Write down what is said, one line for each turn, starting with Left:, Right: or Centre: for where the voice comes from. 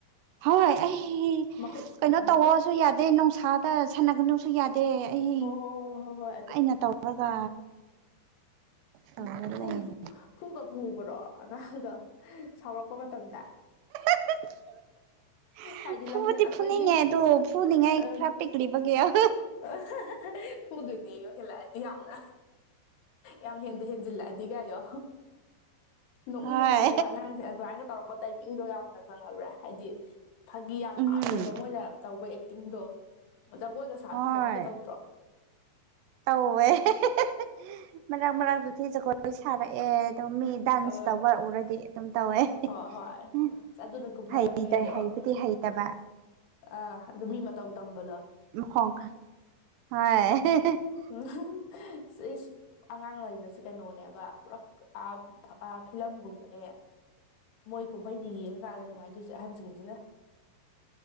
Right: ꯍꯣꯏ ꯑꯩ <unintelligible>
Left: ꯃꯈꯨꯠ
Right: ꯀꯩꯅꯣ ꯇꯧꯔꯁꯨ
Left: ꯃꯈꯨꯠ
Right: ꯌꯥꯗꯦ ꯅꯨꯡꯁꯥꯗ ꯁꯥꯟꯅꯒꯅꯁꯨ ꯌꯥꯗꯦ ꯑꯩ
Left: ꯍꯣꯏ ꯍꯣꯏ ꯍꯣꯏ ꯍꯣꯏ ꯍꯣꯏ
Right: ꯑꯩꯅ ꯇꯧꯔꯒ ꯇꯧꯔ
Left: ꯃ
Right: ꯂꯩꯔꯦ
Left: ꯐꯨ <inaudible> ꯐꯨꯒ ꯐꯨꯕꯔꯣ ꯑꯉꯥꯡꯗꯣ ꯁꯥꯎꯔꯛꯄ ꯃꯇꯝꯗ
Right: ꯍꯔ <inaudible>
Left: ꯍꯥꯏꯗꯤ
Right: ꯐꯨꯕꯗꯤ
Left: ꯂꯝ ꯍꯦꯜꯂꯛꯄꯒꯤ
Right: ꯐꯨꯅꯤꯡꯉꯦ ꯑꯗꯨ ꯐꯨꯅꯤꯡꯉꯥꯏ
Left: ꯑ
Right: ꯈꯔ ꯄꯤꯛꯂꯤꯕꯒꯤ <unintelligible>
Left: <unintelligible> ꯐꯨꯗꯣꯏꯅꯦꯌꯣ ꯍꯦꯜꯂꯛꯑꯗꯤ ꯌꯥꯝꯅ ꯌꯥꯝ ꯍꯦꯟꯗ ꯍꯦꯟꯖꯤꯜꯂꯛꯑꯗꯤꯒꯌꯣ ꯅꯣꯛꯅꯤꯡꯕꯅꯤꯗ
Right: ꯍꯣꯏ
Left: ꯑꯉꯥꯡꯁꯦ ꯑꯗꯨꯃꯥꯏꯒ ꯇꯧꯔꯛꯄ ꯇꯥꯏꯃꯤꯡꯗꯣ ꯌꯥꯝꯅ ꯈꯪꯉꯕ꯭ꯔꯥ ꯍꯥꯏꯗꯤ ꯐꯥꯒꯤ ꯌꯥꯝ
Right: ꯎꯝ
Left: ꯇꯥꯕꯅꯦꯕ ꯃꯣꯏꯅ ꯇꯧꯕ ꯑꯦꯛꯇꯤꯡꯗꯣ ꯖꯒꯣꯏꯒ ꯁꯥꯕꯤ
Right: ꯍꯣꯏ
Left: ꯈꯣꯠꯄꯤꯒ ꯇꯧ
Right: ꯇꯧꯋꯦ <unintelligible> ꯃꯔꯛ ꯃꯔꯛꯗ ꯊꯤ ꯖꯒꯣꯏ ꯁꯥꯔꯛꯑꯦ ꯑꯗꯣ ꯃꯤ ꯗꯥꯟꯁ
Left: ꯑ
Right: ꯇꯧꯕ ꯎꯔꯗꯤ ꯑꯗꯨꯝ ꯇꯧꯋꯦ
Left: ꯍꯣꯏ ꯍꯣꯏ
Right: <unintelligible>
Left: ꯑꯁ ꯑꯗꯨꯅ ꯀꯨꯝꯍꯩ
Right: ꯍꯩꯇ
Left: ꯑꯃꯅꯦꯌꯣ
Right: ꯍꯩꯕꯨꯗꯤ ꯍꯩꯇꯕ
Left: ꯑꯥ ꯑꯗꯨ ꯃꯤ ꯃꯇꯧ ꯇꯝꯕꯗꯣ
Right: ꯃꯈꯣꯡ ꯍꯥꯏ <unintelligible>
Left: ꯎꯝ ꯁꯤꯁ <inaudible> ꯑꯉꯥꯡ ꯂꯩꯕꯕꯁꯤ ꯀꯩꯅꯣꯅꯦꯕ ꯄꯨꯔꯛ ꯑ ꯑ ꯐꯤꯂꯝꯒꯨꯝꯕꯅꯦ ꯃꯣꯏ ꯀꯨꯝꯍꯩꯩꯅ ꯌꯦꯡꯉꯀꯥꯟꯗ ꯅꯨꯡꯉꯥꯏꯗꯣꯏꯁꯦ ꯑꯍꯟꯁꯤꯡꯁꯤꯅ